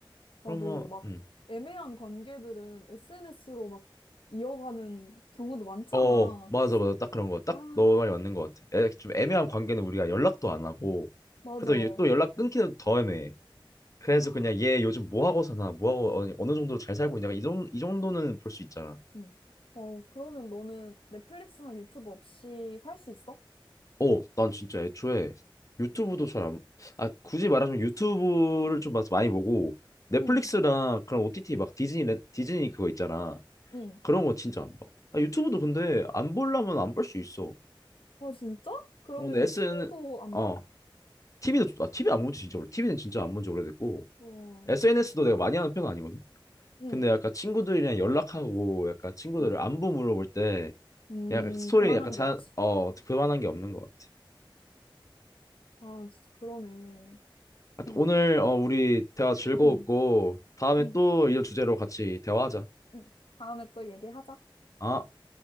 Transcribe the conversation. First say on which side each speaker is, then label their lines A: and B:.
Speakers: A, on the left; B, on the left.
A: 나도
B: 그러면
A: 막
B: 음.
A: 애매한 관계들은 SNS로 막 이어가는 경우도 많잖아.
B: 어 맞아 맞아 딱 그런 거. 딱
A: 아,
B: 너 말이 맞는 것 같아. 애, 좀 애매한 관계는 우리가 연락도 안 하고
A: 맞아.
B: 그래도 얘또 연락 끊기도 더 애매해. 그래서
A: 아,
B: 그냥 얘 요즘 뭐 하고 사나 뭐 하고 어느 어느 정도로 잘 살고 있냐 이 정도 이 정도는 볼 수 있잖아.
A: 응. 어, 그러면 너는 넷플릭스나 유튜브 없이 살 수 있어?
B: 어, 난 진짜 애초에 유튜브도
A: 응,
B: 잘 안, 아, 굳이 말하자면 유튜브를 좀 막 많이 보고 넷플릭스랑
A: 응,
B: 그런 OTT 막 디즈니, 레- 디즈니 그거 있잖아.
A: 응.
B: 그런 거 진짜 안 봐. 아, 유튜브도 근데 안 보려면 안 볼 수 있어.
A: 아, 진짜? 그러면
B: 어, 근데 SN,
A: TV도 안
B: 어,
A: 봐?
B: TV도, 아, TV 안 본지 진짜 오래, TV는 진짜 안 본지 오래됐고,
A: 어,
B: SNS도 내가 많이 하는 편은 아니거든?
A: 응,
B: 근데 약간 친구들이랑 연락하고 약간 친구들을
A: 응.
B: 안부 물어볼 때
A: 음,
B: 약간 스토리
A: 그만한
B: 약간 자,
A: 게 없지.
B: 어, 그만한 게 없는 것 같아.
A: 아, 진짜 그러네.
B: 하여튼
A: 어,
B: 오늘 어, 우리 대화 즐거웠고
A: 응,
B: 다음에
A: 응,
B: 또 이런 주제로 같이 대화하자.
A: 응. 다음에 또 얘기하자.
B: 아